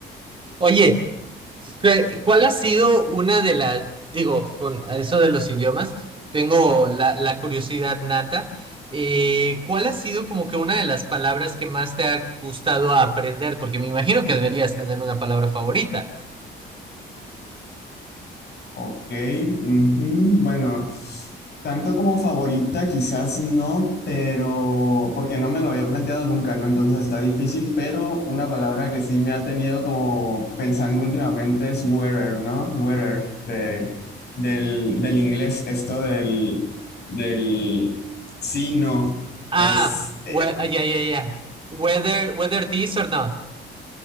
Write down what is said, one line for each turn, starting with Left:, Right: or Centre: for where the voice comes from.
Right: Oye, ¿qué- ¿cuál ha sido una de las, digo, con eso de los idiomas, tengo la, la curiosidad nata, eh, ¿cuál ha sido como que una de las palabras que más te ha gustado aprender? Porque me imagino que deberías tener una palabra favorita.
Left: Ok, ujú, Bueno, tanto como favorita quizás no, pero porque no me lo había planteado nunca, ¿no? Entonces está difícil, pero una palabra que sí me ha tenido como pensando últimamente es wearer, ¿no? Wearer, de- del, del inglés, esto del, del sí, no,
Right: Ah,
Left: es, eh,
Right: we- ah, ya, ya, ya. Whether, whether this or not.